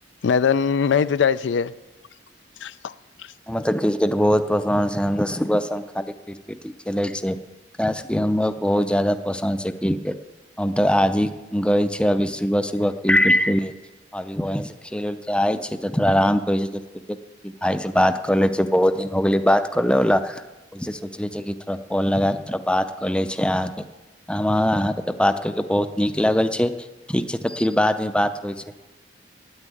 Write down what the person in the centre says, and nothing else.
हम तऽ क्रिकेट बहुत पसन्द छै सु खाली क्रिकेट। <unintelligible> खेले छै ख ग बहुत जादा पसन्द छै क्रिकेट हम तऽ आज ही गय छी अभी सुबह- सुबह क्रिकेट खेले अभी वहं से खेल के आय छी त थोड़ा आराम करे छै भाय से बात। बात कऽ ले छै बहुत दिन हो गेलै बात कर लेवला ओहिसँ सोच ले छै कि थोड़ा कॉल लगा कऽ थोड़ा बात क ले छै अहाँके अहाँके तऽ बात करके बहुत नीक लागल छै ठीक छै तऽ फिर बादमे बात होइ छै। <unintelligible>